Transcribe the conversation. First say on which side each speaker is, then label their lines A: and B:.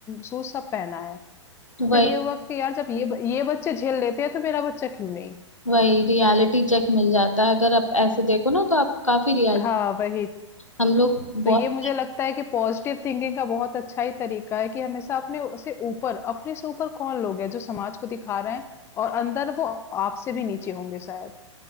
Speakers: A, on the left; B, on the left.
A: शूज सब पहना है
B: वही
A: फिर ये हुआ कि यार जब ये ब- ये बच्चे झेल लेते हैं तो मेरा बच्चा क्यों नहीं
B: वही रियलिटी चेक मिल जाता है अगर आप ऐसे देखो ना तो आप काफी रियल
A: हाँ वही
B: हम लोग बहुत
A: तो ये मुझे लगता है कि पॉजिटिव थिंकिंग का बहुत अच्छा ही तरीका है कि हमेशा अपने से ऊपर अपने से ऊपर कौन लोग हैं जो समाज को दिखा रहे हैं और अंदर वो आपसे भी नीचे होंगे शायद।